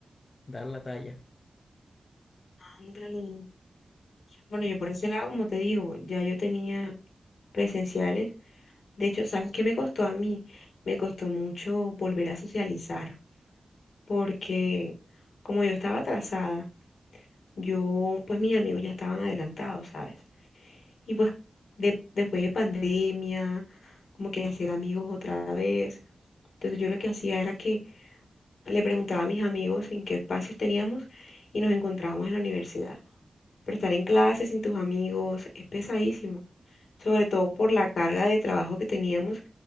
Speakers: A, on the left; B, on the left.
A: dar la talla.
B: Ándale. Bueno, yo por ese lado, como te digo, ya yo tenía presenciales. De hecho, ¿sabes qué me costó a mí? Me costó mucho volver a socializar, porque como yo estaba atrasada, yo, pues mis amigos ya estaban adelantados, ¿sabes? Y pues de- después de pandemia, como que hacer amigos otra vez. Entonces yo lo que hacía era que le preguntaba a mis amigos en qué espacios teníamos y nos encontrábamos en la universidad. Pero estar en clase sin tus amigos es pesadísimo, sobre todo por la carga de trabajo que teníamos